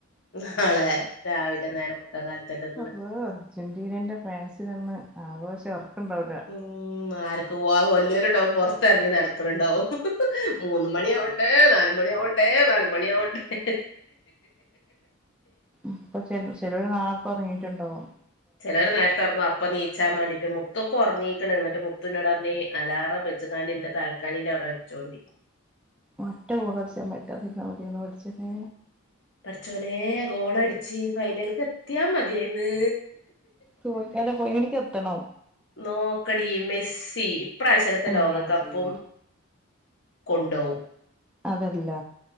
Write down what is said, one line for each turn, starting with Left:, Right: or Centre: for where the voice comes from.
Left: നാളെ രാവിലെ നേരം വെൾ <unintelligible>
Centre: അളളാ അർജന്റീനന്റെ ഫാൻസിനിന്ന് ആഘോശ ഉറക്കണ്ടാവൂല
Left: ഉം ആർക്ക് പോവ് വല്യരുണ്ടാവും പുറത്തിറങ്ങി നടക്കണണ്ടാവും മൂന്ന് മണിയാവു ഏ നാലല്മണി ആവണ്ടേ നാലുമണി ആവണ്ടേ
Centre: ഇപ്പൊ ചെലോര് നാർതെ ഉറങ്ങിട്ടുണ്ടാവും
Left: ചിലോർ നേർത്തെറങ്ങു അപ്പൊ നീ ചാൻ മാണ്ടിട്ട് മുത്തൊക്കെ ഉറങ്ങീക്ക്ണ് ന്ന്ട് മുത്തുനോടർഞ്ഞ് അലാറം വെച്ച്ങാണ്ടിന്റെ തൽക്കാണിന്റെ അവടെ വച്ചൊണ്ടി
Centre: ഒറ്റ ഗോളടിച്ചാൻ പറ്റാതിരുന്നാൽ മതിയായിനു പടച്ചോനെ
Left: പടച്ചോനെ ഗോളടിച്ച് ഫൈനൽക്കെത്തിയാ മതിയായിന്ന്
Centre: തോൽ കാതെ ഫൈനലിക്എത്തണം
Left: നോക്കടി മെസ്സി ഇപ്രാവശ്യത്തെ
Centre: ഏഹ്
Left: ലോകകപ്പും
Centre: ചെയ്യണ്ട്
Left: കൊണ്ടോവും
Centre: അതല്ല